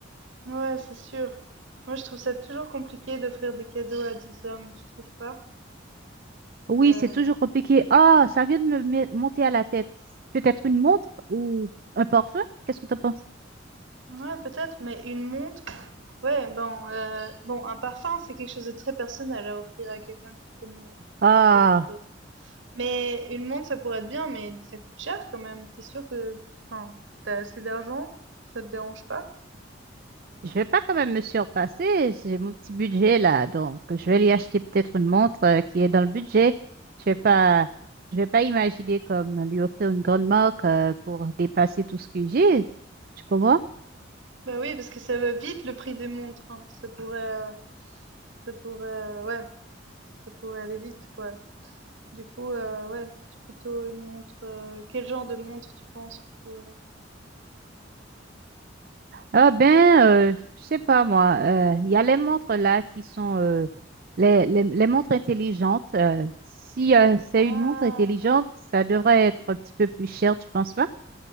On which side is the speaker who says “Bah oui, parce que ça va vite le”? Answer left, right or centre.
Right